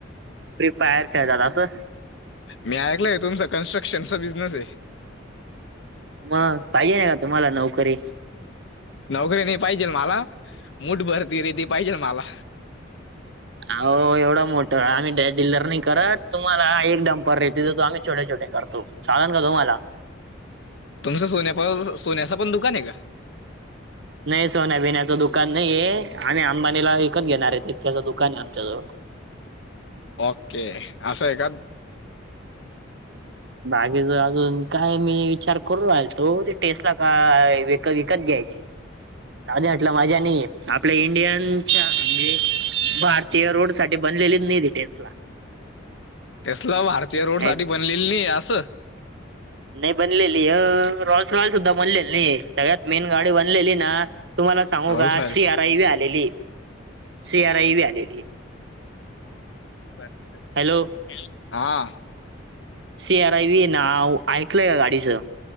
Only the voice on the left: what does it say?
मी ऐकलंय आहे तुमच कन्स्ट्रक्शनचा बिझनेस आहे.
नोकरी नाही पाहिजे मला मुठ <unintelligible> पाहिजे मला.
तुमचं सोन्या सोन्याचा पण दुकान आहे का?
ओके! असहाय का?
तसल भारतीय रोड
साठी बनलेली नाही असं.
राहुल
रॉयल्स
हा